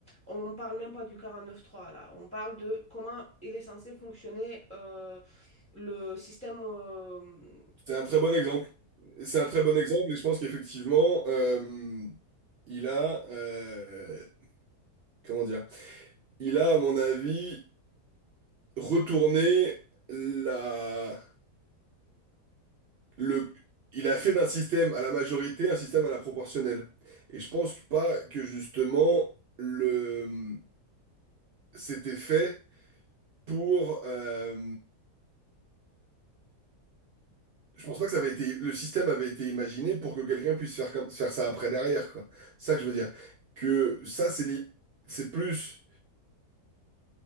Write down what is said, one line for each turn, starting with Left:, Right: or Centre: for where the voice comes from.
Centre: On ne parle même pas du quarante-neuf trois là. On parle de comment il est censé fonctionner euh, le système. euh,
Right: C'est un très bon exemple. C'est un très bon exemple, et je pense qu'effectivement, euh, il a... euh, comment dire? Il a, à mon avis, retourné la... le... Il a fait d'un système à la majorité un système à la proportionnelle. Et je pense que pas que justement, le... c'était fait pour... euh, Je pense pas que ça avait été, le système avait été imaginé pour que quelqu'un puisse faire comme, faire ça après derrière, quoi. C'est ça que je veux dire. Que ça, c'est li- c'est plus